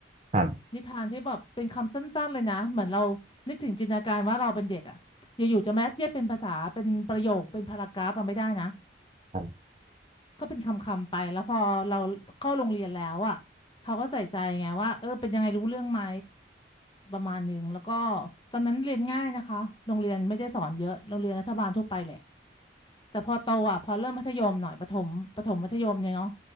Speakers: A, on the right; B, on the left.
A: ครับ
B: นิทานที่แบบเป็นคำสั้นๆเลยนะเหมือนเรานึกถึงจินตนาการว่าเราเป็นเด็กอะอยู่ๆจะมายัดเยียดเป็นภาษาเป็นประโยคเป็นพารากราฟอะไม่ได้นะ
A: ครับ
B: ก็เป็นคำๆไปแล้วพอเราเข้าโรงเรียนแล้วอ่ะเขาก็ใส่ใจไงว่าเออเป็นยังไงรู้เรื่องไหมประมาณหนึ่งแล้วก็ตอนนั้นเรียนง่ายนะคะโรงเรียนไม่ได้สอนเยอะโรงเรียนรัฐบาลทั่วไปแหละแต่พอโตอ่ะพอเริ่มมัธยมหน่อยประถมประถมมัธยมเนี่ยเนาะ